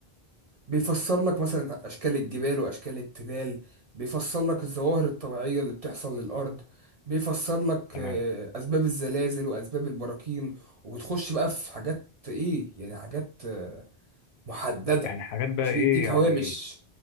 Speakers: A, on the right (about 40°); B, on the left (about 85°).
A: بيفسر لك مثلا أشكال الجبال وأشكال التلال بيفسر لك الظواهر الطبيعية اللي بتحصل للأرض بيفسر لك
B: تمام
A: آه، أسباب الزلازل وأسباب البراكين وبتخش بقى في حاجات إيه يعني حاجات آه، محددة
B: يعني حاجات بقى
A: مش
B: ايه
A: بيديك
B: يعني
A: هوامش